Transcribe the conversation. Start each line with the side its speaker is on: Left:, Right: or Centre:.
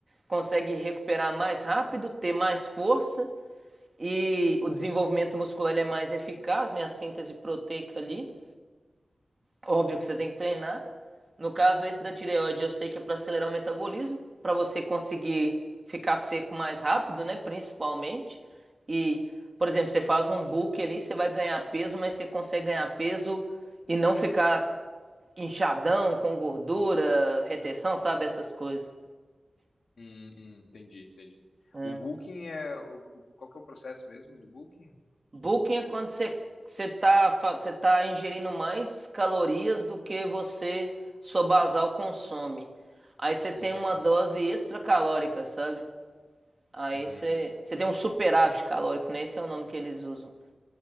Right: consegue recuperar mais rápido, ter mais força e o desenvolvimento muscular ele é mais eficaz, né? A síntese proteica ali. Óbvio que você tem que treinar. No caso, esse da tireoide, eu sei que é para acelerar o metabolismo, para você conseguir ficar seco mais rápido, né? Principalmente. E, por exemplo, você faz um bulk ali, você vai ganhar peso, mas você consegue ganhar peso e não ficar inchadão, com gordura, retenção, sabe? Essas coisas.
Left: Hum, entendi, entendi.
Right: É.
Left: O booking é. o- o- Qual que é o processo mesmo do booking?
Right: Bulking é quando você você tá, fa- você tá ingerindo mais calorias do que você, sua basal consome. Aí você tem
Left: Hum,
Right: uma dose
Left: tá.
Right: extra calórica, sabe? Aí
Left: Uhum.
Right: você, você tem um superávit calórico, né? Esse é o nome que eles usam.